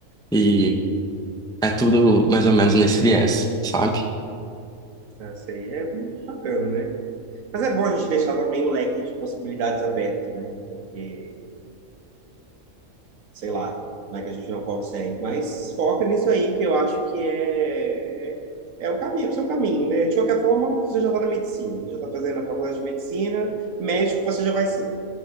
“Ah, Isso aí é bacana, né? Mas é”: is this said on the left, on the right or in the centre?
Right